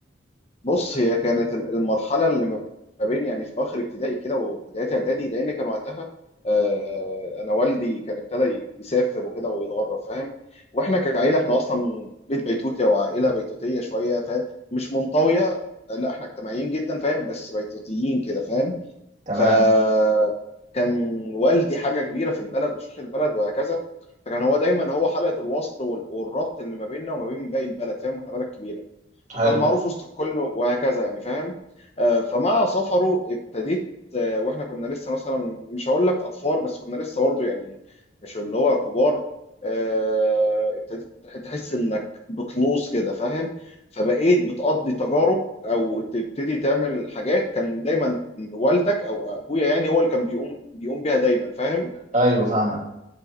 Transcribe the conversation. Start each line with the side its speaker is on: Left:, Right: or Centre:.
Left: بص هي كانت ال- المرحله اللي ما بين يعني في اخر ابتدائي كده وبدايه اعدادي لان كان وقتها آه، انا والدي كان ابتدى يسافر وكده ويتغرب فاهم واحنا كعيله احنا اصلا بيت بيتوتي او عائله بيتوتيه شويه فاهم مش منطويه آه، لا احنا اجتماعيين جدا فاهم بس بيتوتيين كده فاهم
Right: تمام
Left: فكان والدي حاجة كبيرة في البلد وشيخ البلد وهكذا فكان هو دايما هو حلقة الوصل وال- والربط اللي ما بيننا وما بين باقي البلد فاهم احنا بلد كبيرة
Right: حلو
Left: وكان معروف وسط الكل وهكذا يعني فاهم آه، فمع سفره ابتديت آه، واحنا كنا لسه مثلا مش هقول لك اطفال بس كنا لسه برضه يعني مش اللي هو كبار آه، ابتديت تحس انك بتلوص كده فاهم فبقيت بتقضي تجارب او تبتدي تعمل حاجات كان دايما والدك او ابويا يعني هو اللي كان بيقوم بيقوم بيها دايما فاهم
Right: ايوه فاهمك